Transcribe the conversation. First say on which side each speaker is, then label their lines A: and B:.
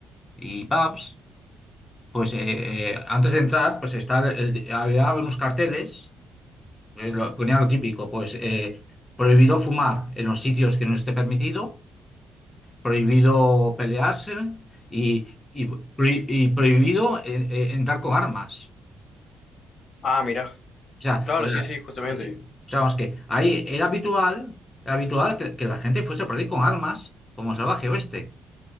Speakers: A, on the left; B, on the left.
A: y pubs, pues eh, eh, antes de entrar, pues está había unos carteles eh, lo- ponía lo típico, pues eh, prohibido fumar en los sitios que no esté permitido, prohibido pelearse y, y prohi- y prohibido eh, eh, entrar con armas.
B: Ah, mira,
A: O sea,
B: claro,
A: a ver,
B: sí, sí, justamente.
A: sí, sí. o sea, vamos que ahí era habitual, era habitual que, que la gente fuese por ahí con armas como salvaje oeste.